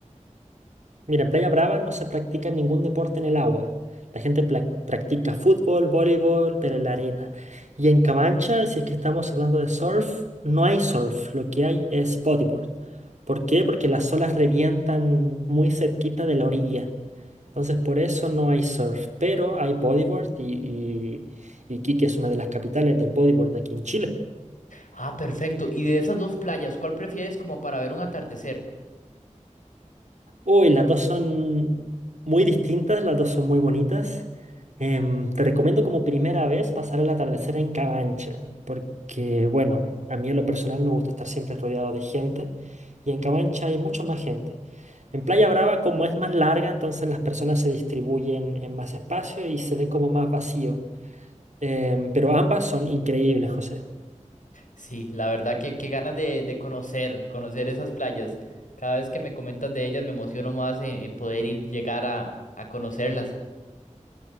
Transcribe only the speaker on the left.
Ah, perfecto. Y de esas dos playas, ¿cuál prefieres como para ver un atardecer?
Sí, la verdad que qué ganas de, de conocer, conocer esas playas. Cada vez que me comentas de ellas me emociono más en, en poder ir, llegar a, a conocerlas.